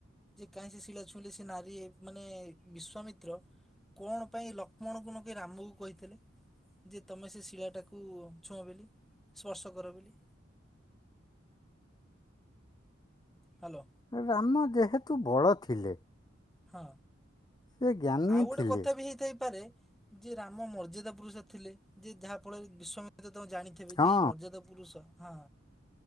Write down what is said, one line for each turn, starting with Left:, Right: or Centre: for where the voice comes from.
Centre: ଯେ କାହିଁ ସେ ଶିଳା ଛୁଇଁଲେ ସେ ନାରୀ ମାନେ ବିଶ୍ଵାମିତ୍ର କଣ ପାଇଁ ଲକ୍ଷ୍ମଣ କୁ ନ କହି ରାମକୁ କହିଥିଲେ? ଯେ ତୁମେ ସେ ଶିଳାଟାକୁ ଛୁଅଁ ବୋଲି। ସ୍ପର୍ଶ କର ବୋଲି। ହାଲୋ।
Left: ରାମ ଯେହେତୁ ବଡ ଥିଲେ
Centre: ହଁ,
Left: ସେ ଜ୍ଞାନୀ
Centre: ଆଉ ଗୋଟେ
Left: ଥିଲେ
Centre: କଥା ବି ହେଇଥାଇପାରେ ଯେ ରାମ ମର୍ଯ୍ୟାଦା ପୁରୁଷ ଥିଲେ, ଯେ ଯାହା ଫଳରେ ବିଶ୍ୱାମିତ୍ର ତାଙ୍କୁ ଜାଣିଥ୍ଵଲେ। ତେବେ
Left: ହଁ
Centre: ଯେ ଏ ମର୍ଯ୍ୟାଦା ପୁରୁଷ। ହଁ